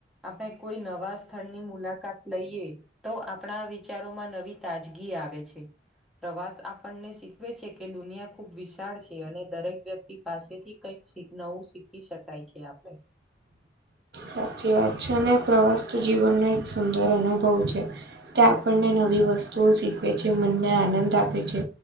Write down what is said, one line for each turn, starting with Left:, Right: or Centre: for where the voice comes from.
Centre: આપણે કોઈ નવા સ્થળની મુલાકાત લઈએ. તો આપણા વિચારોમાં નવી તાજગી આવે છે પ્રવાસ આપણને શીખવે છે કે કે દુનિયા ખુબ વિશાળ છે અને દરેક વ્યક્તિ પાસેથી કઈક નવું શીખ શીખી શકાય છે આપણે.
Right: સાચી વાત છે ને પ્રવાસ તો જીવનનો એક સુંદર અનુભવ છે. ત્યાં આપણને નવી વસ્તુઓ શીખવે છે મનને આનંદ આપે છે